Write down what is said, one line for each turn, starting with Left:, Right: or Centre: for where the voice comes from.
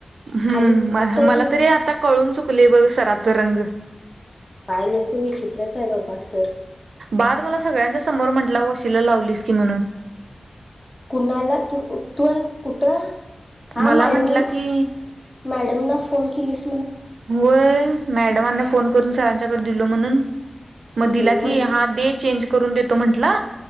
Right: हम्म,
Left: आणि त्या
Right: मला
Left: दु
Right: तरी आता कळून चुक कुले बघरी सराच रंग.
Left: काय नाही विचित्रच आहे बाबा सर.
Right: बाद, मला सगळ्यांच्या समोर म्हंटला वशीला लावलीस की म्हणून.
Left: कुणाला तूण कुठं हा
Right: मला
Left: मॅडम
Right: म्हंटला की
Left: मॅडम ना फोन किलीस
Right: होय, मॅडमांना फोन करून सरांच्याकडे दिलो म्हणून
Left: हम्म
Right: म दिला
Left: म्हण
Right: की हा डे चेंज करून देतो म्हटला.